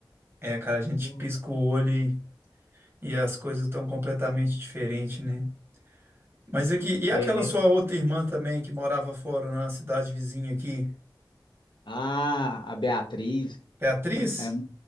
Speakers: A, on the right; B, on the left.
A: É, cara, a gente
B: ó.
A: pisca o olho e, e as coisas estão completamente diferentes, né? Mas aqui, e aquela
B: É,
A: sua outra irmã também que morava fora na cidade vizinha aqui?
B: Ah, a Beatriz.
A: Beatriz?
B: É- é-